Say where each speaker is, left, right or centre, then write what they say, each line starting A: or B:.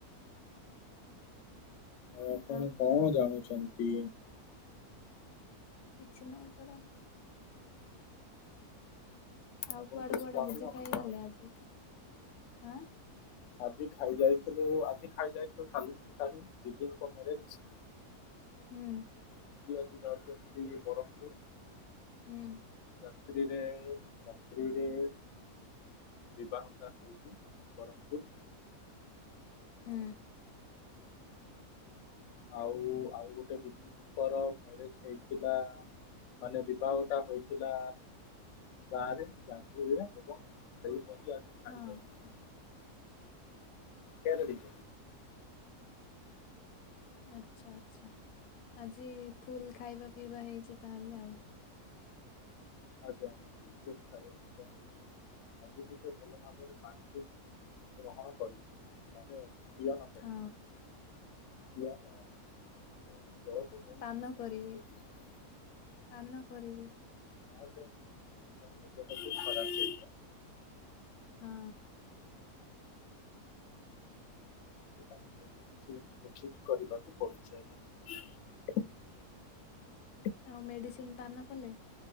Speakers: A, on the left; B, on the left.
A: ଆ ଆପଣ
B: ଆଉ
A: କଣ ଜାଣୁଛନ୍ତି?
B: କିଛି ନାଇଁ ପରା। ଆଉ
A: ଆପଣ
B: କୁଆଡେ
A: କିଛି
B: କୁଆଡେ
A: ଜାଣୁନାହାନ୍ତି
B: ଭୋଜି ଖାଇ
A: ତାହେଲେ।
B: ଗଲେ ଆଜି। ଆଁ।
A: ଆଜି ଖାଇ ଯାଇଥିଲୁ ଆଜି ଖାଇ ଯାଇଥିଲୁ ଖଲ ସାହି ଦିଦିଙ୍କ ମ୍ୟାରେଜ୍।
B: ହୁଁ।
A: ବୁଲିବାକୁ ଯାଉଛୁ ମୁଁ ଯିବି ବ୍ରହ୍ମପୁର।
B: ହୁଁ।
A: ରାତ୍ରିରେ ରାତ୍ରିରେ। ବିବାହତା ହୋଇଛିି ବ୍ରହ୍ମପୁର ଯିବେ।
B: ହୁଁ।
A: ଆଉ ଆଉ ଗୋଟେ ଦିଦିଙ୍କର ମ୍ୟାରେଜ ହେଇଥିଲା। ମାନେ ବିବାହଟା ହୋଇଥିଲା ଗାଁରେ ଯାଙ୍ଗିରିରେ ଏବଂ ସେଇ ଭୋଜି ଆମେ ଖାଇ
B: ହଁ
A: ଯାଉଥିଲୁ କେରେଡିଛ।
B: ଆଚ୍ଛା ଆଚ୍ଛା ଆଜି ଫୁଲ୍ ଖାଇବା ପିଇବା ହେଇଛି ତାହେଲେ ଆଉ।
A: ଆଜ୍ଞା ଖୁବ ଖାଇବା ପିଇବା। ଆଜି ଟିକେ ଭଲ ଭାବରେ ପାଣିକୁ ମୁଁ ଗ୍ରହଣ କରିଛି। ମାନେ ପିଅନ କରିଛି
B: ହଁ।
A: <unintelligible> ବହୁତ
B: ପାନ
A: ଭଲ ଭାବରେ
B: କରିବି
A: ପିଇଛି
B: ପାନ କରିବି
A: <unintelligible> ଖରାପ ହେଇଥିଲା।
B: ହଁ।
A: <unintelligible> କିଛି ଦେଖିକି କରିବାକୁ ପଡୁଛି ଆଜ୍ଞା। <inaudible>
B: ଆଉ ମେଡିସିନ ପାନ କଲେ।